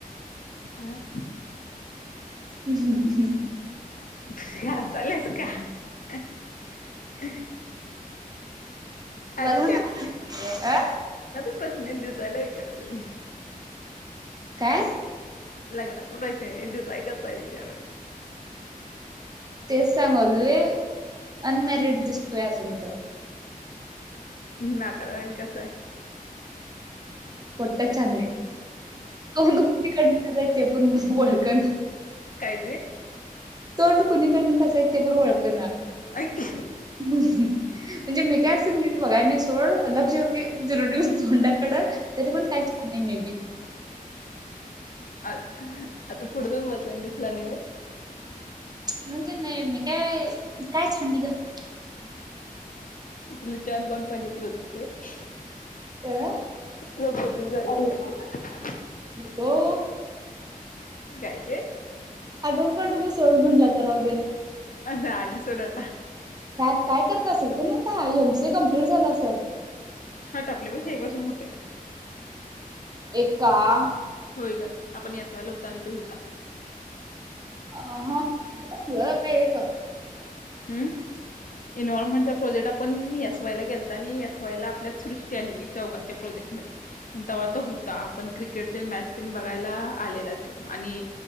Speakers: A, on the left; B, on the right.
A: आ.
B: हम्् <unintelligible>
A: <unintelligible> चालेस का. <unintelligible> अरे
B: लग्न अ <unintelligible>
A: नाही दिसायला विचारवलं मी.
B: काय.
A: लग्न तथड नाही द सायकचय विचार.
B: तेच सांगलुय. अनमॅरिड दिसतूया तुमचं.
A: हम् नाकडन कस आहे.
B: पट चन. <unintelligible> तुु <unintelligible> ते पण ओळखण.
A: काय
B: तोंड कुणीकडन कसं आहे ते बरोब ळ ना.
A: अ <unintelligible>
B: ह <unintelligible> म्हणजे मी काय असं. बघायने सोड लक्ष जरुरी ट ड तरी पण काही छ नाही मे बी.
A: आ आता पुढ जान बसला दिसला नाही.
B: म्हणजे नाही मी काय काय छान नाही ग.
A: तु ल छान कोण पाहिजे प्रृ <unintelligible>
B: अ
A: त बधिक जर <unintelligible>
B: हो.
A: नन कायते <unintelligible>
B: आटोर काटोक सोड म्हणला तरहगेर <unintelligible>
A: अता अली सोडात.
B: काय काय करत असेल, का नाही आता एमसी कमप्लीट झाला असेल.
A: हा टा आपल्यापेक्षा एक वर्षाान मोठा येतो.
B: ए <unintelligible>
A: होय ग आपण याचवायला होता आणि तो होता.
B: अ हां. काय आहे का.
A: हम् <unintelligible> इनवॉल्मेट चा प्रोजेक्ट. आपण एस वाय ला गेलता आणि एस वाय ला आपल्यात सृष्टी आलेली चौघांच्या प्रोजेक्टमध्येध्ये तेव्हा तो होता आपण क्रिकेट मॅच बघायला आलेला तो आणि